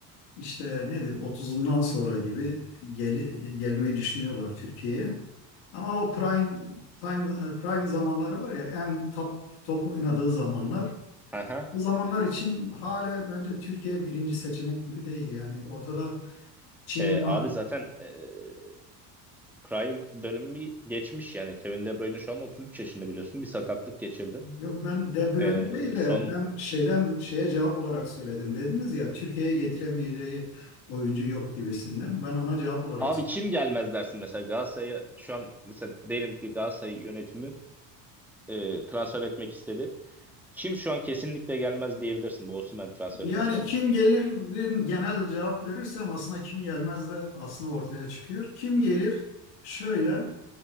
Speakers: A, on the left; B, in the centre.
A: işte nedir Otuzundan sonra gibi gel, gelmeyi düşünüyorlar Türkiye'ye. Ama o prime time prime zamanları var ya en top top oynadığı zamanlar.
B: Aha.
A: Bu zamanlar için hala bence Türkiye birinci seçenek gibi değil yani. Ortada Çin
B: Ee, abi
A: var.
B: zaten ee, prime dönemi geçmiş yani. Kevin De Bruyne şu an 33 yaşında biliyorsun. Bir sakatlık geçirdi.
A: Yok ben De Bruyne
B: Ee,
A: değil de
B: son
A: ben şeyden şeye cevap olarak söyledim. Dediniz ya Türkiye'ye getiremeyeceği oyuncu yok gibisinden. Ben ona cevap olarak
B: abi kim gelmez dersin mesela Galatasaray'a şu an mesela diyelim ki Galatasaray yönetimi e, transfer etmek istedi. Kim şu an kesinlikle gelmez diyebilirsin bu Osimhen transferinden
A: Yani
B: sonra.
A: kim gelir genel cevap verirsem aslında kim gelmez de aslında ortaya çıkıyor. Kim gelir şöyle